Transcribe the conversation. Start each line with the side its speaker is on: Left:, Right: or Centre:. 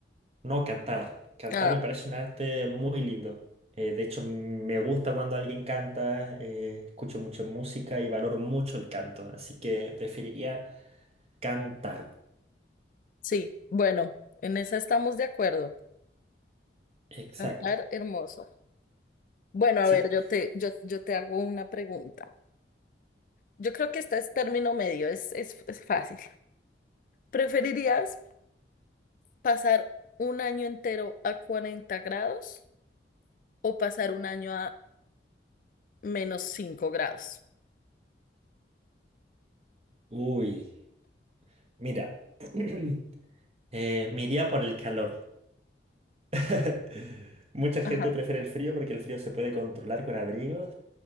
Right: No, cantar. Cantar
Left: Ah,
Right: me parece un arte muy lindo. Eh, de hecho, me gusta cuando alguien canta, eh, escucho mucho música y valoro mucho el canto, así que preferiría cantar.
Left: sí, bueno, en esa estamos de acuerdo.
Right: Exacto.
Left: Cantar hermoso. Bueno, a
Right: Sí.
Left: ver, yo te, yo, yo te hago una pregunta. Yo creo que este es término medio, es, es, es fácil. ¿Preferirías pasar un año entero a 40 grados o pasar un año a menos 5 grados?
Right: Uy, mira, <clears throat> eh, me iría por el calor. <laughs> Mucha gente
Left: Ajá.
Right: prefiere el frío porque el frío se puede controlar con abrigos,